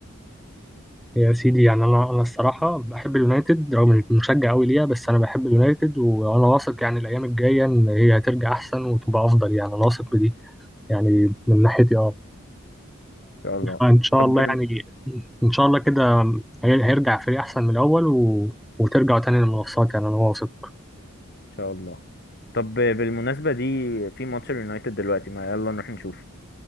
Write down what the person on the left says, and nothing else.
شاء الله
طب
بال... ان
شاء الله طب بالمناسبة دي في ماتش اليونايتد دلوقتي ما يلا نروح نشوفه